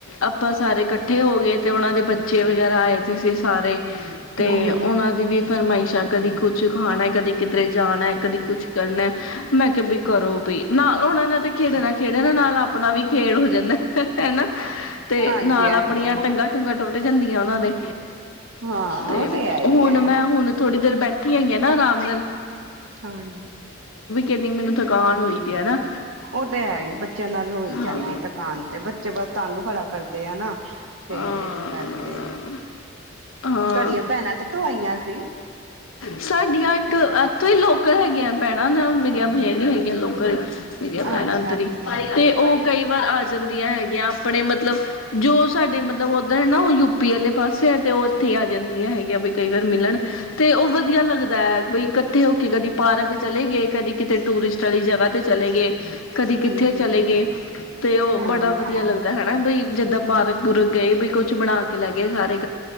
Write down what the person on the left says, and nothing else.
ਆਪਾਂ ਸਾਰੇ ਕੱਠ ਇਕੱਠੇ ਹੋ ਗਏ ਤੇ ਉਹਨਾਂ ਦੇ ਬੱਚੇ ਵਗੈਰਾ ਆਏ ਤੇ ਸੀ ਸਾਰੇ ਤੇ
ਉਹਨਾਂ ਦੀ ਵੀ ਫਰਮਾਇਸ਼ਾਂ ਕਦੀ ਕੁ ਚ ਖਾਣਾ ਕਦੇ ਕਿਧਰੇ ਜਾਣਾ ਕਦੀ ਕੁਛ ਕਰਨਾ ਮੈਂ ਕਿਹਾ ਵੀ ਕਰੋ ਵੀ ਨਾਲ ਉਹਨਾਂ ਨੇ ਤੇ ਖੇਡਣਾ ਖੇਡਣਾ ਨਾਲ ਆਪਣਾ ਵੀ ਖੇਡ ਹੋ ਜਾਂਦਾ ਹੈਨਾ ਤੇ
ਨਾਲ
ਆਪਣੀਆਂ ਟੰਗਾਂ ਟੂੰਗਾਂ ਟੁੱਟ ਜਾਂਦੀਆਂ ਉਹਨਾਂ ਦੇ
ਤੇ
ਹੁਣ
ਮੈਂ ਹੁਣ ਥੋੜੀ ਦੇਰ ਬੈਠ ੀਆਂ ਨਾ ਰਾਮ <unintelligible>
ਕਿੰਨੀ ਮੈਨੂੰ ਥਕਾਨ ਹੋਈ ਦੀ ਹੈ ਨਾ
ਹਾਂ
ਹਾਂ
ਹਾਂ
ਸਾਡੀਆਂ ਇੱਕ ਤੇ ਲੋਕਲ ਹੈਗੀਆਂ ਭੈਣਾਂ ਨਾ ਮੇਰੀਆਂ ਬੀ ਨ ਹੈਗੀਆਂ ਲੋਕਲ ਮੇਰੀਆਂ
ਭੈਣਾਂਧਰੀ
ਤੇ ਉਹ ਕਈ ਵਾਰ ਆ ਜਾਂਦੀਆਂ ਹੈਗੀਆਂ ਆਪਣੇ ਮਤਲਬ ਜੋ ਸਾਡੇ ਮਤਲਬ ਉੱਧਰ ਹੈ ਨਾ ਉਹ ਯੂਪੀ ਵਾਲੇ ਪਾਸੇ ਤੇ ਉਹ ਉੱਥੇ ਹੀ ਆ ਜਾਂਦੀਆਂ ਹੈਗੀਆਂ ਵੀ ਕਈ ਵਾਰ ਮਿਲਣ ਤੇ ਉਹ ਵਧੀਆ ਲੱਗਦਾ ਹੈ ਬਈ ਇਕੱਠੇ ਹੋ ਕੇ ਕਦੀ ਪਾਰਕ ਚਲੇ ਗਏ ਕਦੀ ਕਿਤੇ ਟੂਰਿਸਟ ਵਾਲੀ ਜਗ੍ਹਾ 'ਤੇ ਚਲੇ ਗਏ ਕਦੀ
ਕਿੱਥੇ ਚਲੇ
ਗਏ ਤੇ ਉਹ
ਬੜਾ ਵਧੀਆ ਲੱਗਦਾ ਹੈ ਨਾ ਬਈ ਜਿੱਦਾਂ ਪਾਰਕ ਪੂਰਕ ਗਏ ਵੀ ਕੁਛ ਬਣਾ ਕੇ ਲੈ ਗਏ ਸਾਰੇ।